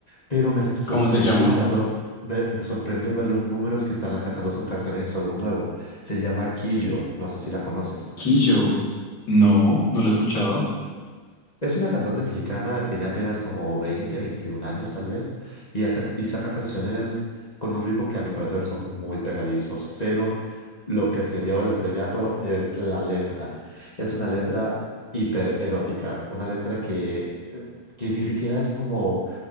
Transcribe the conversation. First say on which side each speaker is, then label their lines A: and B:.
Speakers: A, on the left; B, on the left.
A: pero me sorprendió
B: ¿Cómo se llama?
A: verlo. ve- Me sorprendió ver los números que están alcanzando sus canciones en su álbum nuevo. Se llama Quillo, no sé si la conoces.
B: Quillo. No, no lo he escuchado.
A: Es una cantante mexicana, tiene apenas como 20, 21 años tal vez, y, hace, y saca canciones con un ritmo que a mi parecer son muy pegadizos, pero Lo que se lleva al estrellato es la letra. Es una letra hipererótica, una letra que, eh, que ni siquiera es como